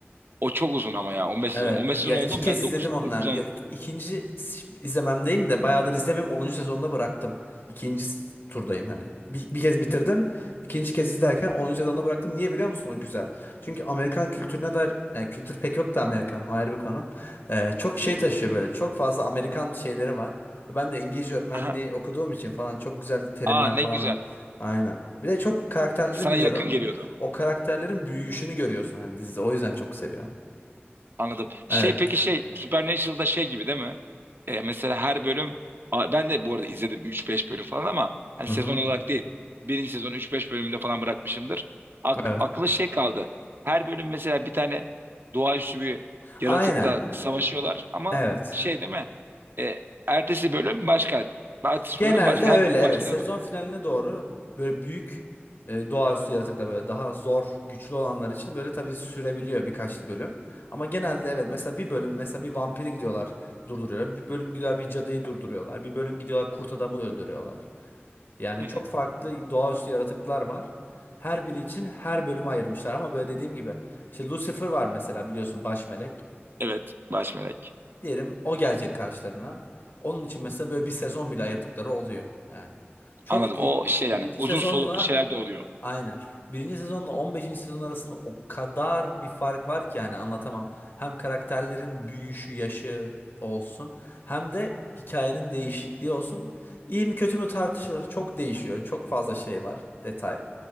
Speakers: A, on the right; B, on the left.
A: o çok uzun ama ya 15
B: Evet.
A: sezon. 15
B: Ya
A: sezon oldu
B: iki
A: mu?
B: kez
A: Ben
B: izledim
A: dokuz
B: onlar.
A: dokuz
B: Ya
A: on
B: ik- ikinci s- izlememdeyim de bayağıdır izlemiyorum. Onuncu sezonda bıraktım. İkinci s- turdayım hani. Bir, bir kez bitirdim. İkinci kez izlerken onuncu sezonda bıraktım. Niye biliyor musun? O güzel. Çünkü Amerikan kültürüne dair yani kültür pek yok da Amerikan'ın o ayrı bir konu. Ee, çok şey taşıyor böyle. Çok fazla Amerikan şeyleri var. Ben de İngilizce öğretmenliği
A: Aha.
B: okuduğum için falan çok güzel terimler
A: Aa ne
B: falan.
A: güzel.
B: öğ- Aynen. Bir de çok karakterleri
A: Sana
B: biliyorum.
A: yakın geliyordu.
B: O karakterlerin büyüyüşünü görüyorsun hani dizide. O yüzden çok seviyorum.
A: Anladım. Şey
B: Evet.
A: peki şey Supernatural'da şey gibi değil mi? E, mesela her bölüm a- ben de bu arada izledim üç beş bölüm falan ama hani
B: Hı
A: sezon
B: hı.
A: olarak değil. Birinci sezon üç beş bölümünde falan bırakmışımdır. Ak
B: Evet.
A: aklı şey kaldı. Her bölüm mesela bir tane doğaüstü bir yaratıkla
B: Aynen.
A: savaşıyorlar ama
B: Evet.
A: şey değil mi? E, ertesi bölüm başka. Ertesi
B: Genelde
A: bölüm başka.
B: öyle
A: Her bölüm
B: evet.
A: başka
B: Sezon
A: değil mi?
B: finaline doğru böyle büyük e, doğaüstü yaratıklar böyle daha zor, güçlü olanlar için böyle tabii sürebiliyor birkaç bölüm. Ama genelde evet mesela bir bölüm mesela bir vampiri gidiyorlar durduruyorlar. Bir bölüm gidiyorlar bir cadıyı durduruyorlar. Bir bölüm gidiyorlar kurt adamı öldürüyorlar. Yani
A: Hı hı.
B: çok farklı doğaüstü yaratıklar var. Her biri için her bölümü ayırmışlar ama böyle dediğim gibi işte Lucifer var mesela biliyorsun baş melek.
A: Evet. Baş melek.
B: Diyelim o gelecek karşılarına. Onun için mesela böyle bir sezon bile ayırdıkları oluyor yani. Çok
A: Anladım.
B: iyi.
A: O şey yani
B: birinci
A: uzun
B: sezonla
A: soluklu şeyler de oluyor.
B: aynen. Birinci sezonla on beşinci sezon arasında o kadar bir fark var ki yani anlatamam. Hem karakterlerin büyüyüşü, yaşı olsun hem de hikayenin değişikliği olsun. İyi mi kötü mü tartışılır. Çok değişiyor. Çok fazla şey var, detay.